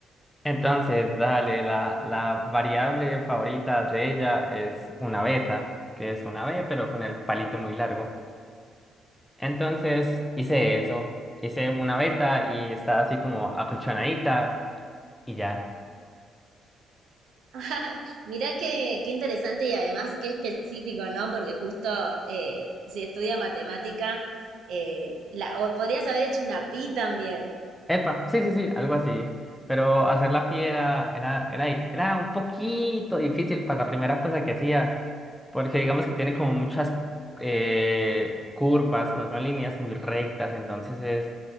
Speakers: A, in the centre; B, on the right (about 75°).
A: Entonces, dale, la, la variable favorita de ella es una beta, que es una B, pero con el palito muy largo. Entonces, hice eso, hice una beta y está así como acolchonadita y ya.
B: <laughs> Mira qué, qué interesante y además qué específico, ¿no? Porque justo eh, si estudia matemática, eh, la, o podrías haber hecho una pi también.
A: Epa, sí, sí, sí, algo así. Pero hacer la piedra era, era, era, era un poquito difícil para la primera cosa que hacía, porque digamos que tiene como muchas eh, curvas, no son líneas muy rectas, entonces es